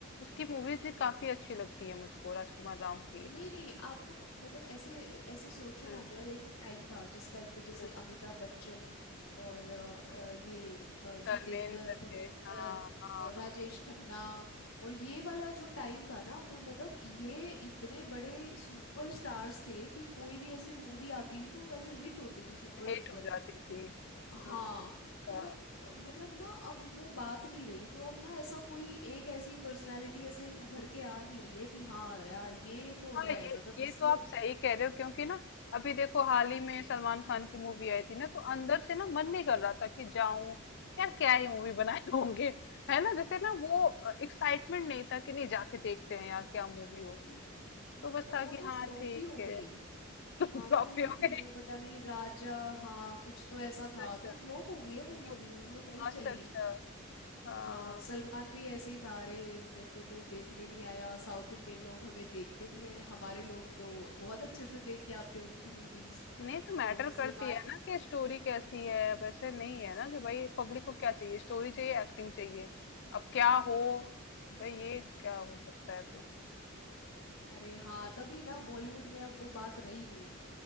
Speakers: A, on the left; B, on the left.
A: उसकी मूवीज भी काफी अच्छी लगती है मुझको राजकुमार राव की
B: नहीं नहीं आपको मतलब ऐसे ऐसे सोचो
A: हम्म
B: ना जब एक टाइम था जिस टाइम पे जैसे
A: हम्म,
B: अमिताभ बच्चन और अ, अ, ये अ, जितेंद्र
A: धर्मेंद्र
B: धर्मेंद्र
A: थे हाँ हाँ
B: और राजेश
A: हाँ
B: खन्ना और ये वाला जो टाइम था ना तो मतलब ये इतने बड़े सुपर स्टार्स थे कि कोई भी ऐसी मूवी आती थी तो ऐसे हिट होती थी सुपर
A: हिट
B: डुपर
A: हो जाती थी
B: हाँ
A: हाँ ये
B: तो
A: था।
B: अ, मतलब ना अब वो बात नहीं रही तो अब ना ऐसा कोई एक ऐसी पर्सनालिटी ऐसे उभर के आ नहीं रही है कि हाँ यार ये तो है
A: हाँ ये
B: मतलब
A: ये
B: इसने
A: तो आप सही कह रहे हो क्योंकि ना अभी देखो हाल ही में सलमान खान की मूवी आई थी ना तो अंदर से ना मन नहीं कर रहा था कि जाऊं यार क्या ही मूवी बनाए होंगे है ना जैसे ना वो एक्साइटमेंट नहीं था कि नहीं जाके देखते हैं यार क्या मूवी होगी तो बस
B: तो
A: था
B: वो
A: कि
B: तो
A: हाँ
B: फ्लॉप
A: ठीक
B: भी हो
A: है
B: गई
A: <laughs> फ्लॉपी
B: हाँ कोई तो
A: हो
B: थी
A: गई
B: वो पता नहीं राजा हाँ कुछ तो ऐसा
A: अच्छा
B: था
A: अच्छा
B: तो फ्लॉप हो गई है
A: जो
B: वो मूवी वो नहीं
A: अच्छा
B: चली
A: अच्छा हाँ
B: हाँ सलमान भी ऐसे ही था अरे मेरे को तो देखने नहीं आया साउथ इंडियन लोग हमें देखते नहीं है हमारे लोग तो बहुत अच्छे से देख के आते हैं उनकी मूवीज
A: नहीं तो मैटर
B: तो सलमान
A: करती है ना कि स्टोरी कैसी है वैसे नहीं है ना कि भाई पब्लिक को क्या चाहिए स्टोरी चाहिए एक्टिंग चाहिए अब क्या हो भाई ये क्या हो सकता है फिर
B: अरे हाँ तभी ना बॉलीवुड में अब वो बात रही नहीं